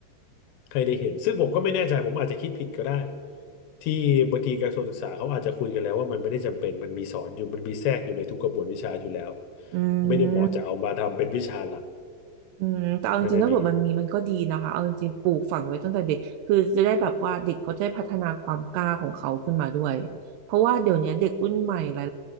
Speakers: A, on the left; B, on the right.
A: ใครได้เห็นซึ่งผมก็ไม่แน่ใจผมอาจจะคิดผิดก็ได้ที่บางทีกระทรวงศึกษาเขาอาจจะคุยกันแล้วว่ามันไม่ได้จำเป็นมันมีสอนอยู่มันมีแทรกอยู่ในทุกกระบวนวิชาอยู่แล้ว
B: อื
A: ไม่ได้เหมาะจะเอามาทำเป็นวิชาหลัก
B: ม อืมแต่เอาจริงๆถ้าเกิดมันมีมันก็ดีนะคะเอาจริงๆปลูกฝังไว้ตั้งแต่เด็กคือจะได้แบบว่าเด็กเขาจะได้พัฒนาความกล้าของเขาขึ้นมาด้วยเพราะว่าเดี๋ยวนี้เด็กรุ่นใหม่หลา
A: ไม่ได้มี